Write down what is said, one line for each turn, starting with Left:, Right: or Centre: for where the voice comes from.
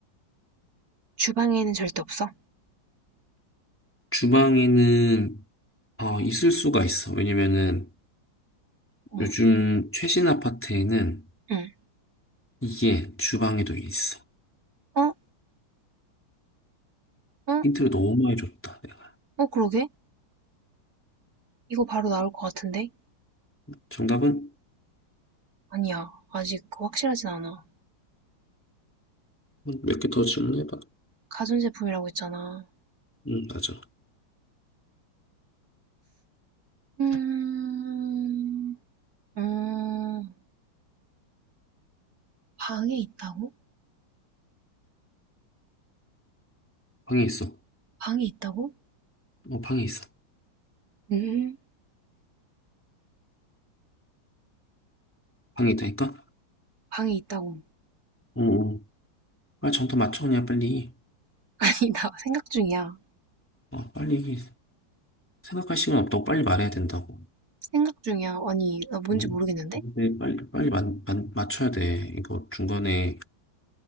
Right: 주방에는 절대 없어.
Centre: 주방에는 어, 있을 수가 있어. 왜냐면은
Right: 어.
Centre: 요즘 최신 아파트에는
Right: 응.
Centre: 이게 주방에도 있어.
Right: 어? 어?
Centre: 힌트를 너무 많이 줬다, 내가.
Right: 어, 그러게? 이거 바로 나올 것 같은데?
Centre: 정답은
Right: 아니야. 아직 그 확실하진 않아.
Centre: 몇 개 더 질문해봐.
Right: 가전제품이라고 했잖아.
Centre: 응, 맞아.
Right: 음, 음, 방에 있다고?
Centre: 방에 있어.
Right: 방에 있다고?
Centre: 어, 방에 있어.
Right: 음,
Centre: 방에 있다니까?
Right: 방에 있다고.
Centre: 응, 응. 빨리 정답 맞춰, 그냥 빨리.
Right: <laughs> 아니, 나 생각 중이야.
Centre: 어, 빨리. 생각할 시간 없다고 빨리 말해야 된다고.
Right: 생각 중이야. 아니, 나 뭔지
Centre: 응?
Right: 모르겠는데?
Centre: 근데 빨리, 빨리 마, 마- 맞춰야 돼. 이거 중간에